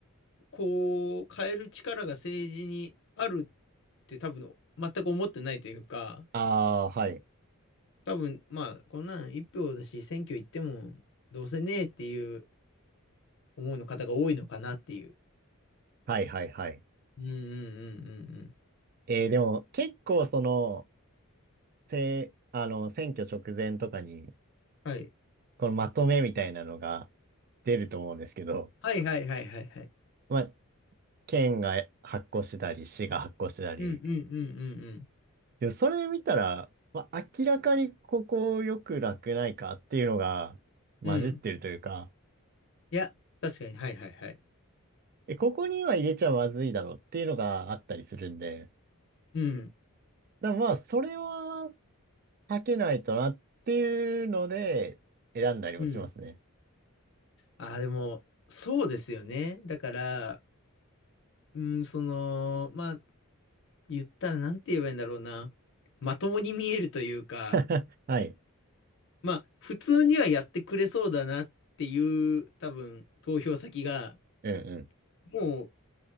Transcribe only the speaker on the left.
こう変える力が政治にあるって多分全く思ってないというか、
多分、まあ、こんなん一票だし、選挙行っても、どうせねえっていう思いの方が多いのかなっていう。
うんうんうんうんうん。
はい。
はいはいはいはいはい。
うんうんうんうん
うん。うん。いや、確かに、はいはいはい。
うん、
うん。ああ、でも、そうですよね。だから、うん、その、まあ、言ったらなんて言えばいいんだろうな。まともに見えるというか、
まあ、普通にはやってくれそうだなっていう、多分、投票先が、
もう